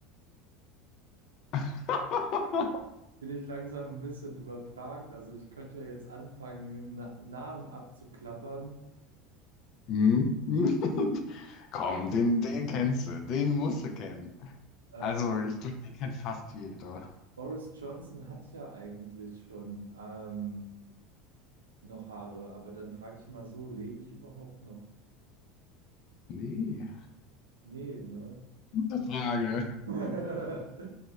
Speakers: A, on the left; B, on the right.
A: <laughs>
B: bin ich langsam ein bisschen überfragt. Also ich könnte ja jetzt anfangen, Na Namen abzuklappern.
A: Hm, <laughs> Komm, den, den kennst du, den musst du kennen.
B: Äh,
A: Also, ich glaube, den kennt fast jeder.
B: Boris Johnson hat ja eigentlich schon ähm, noch Haare, aber dann frage ich mal so, lebe ich überhaupt noch?
A: Nee,
B: Nee, ne?
A: gute Frage.
B: <laughs>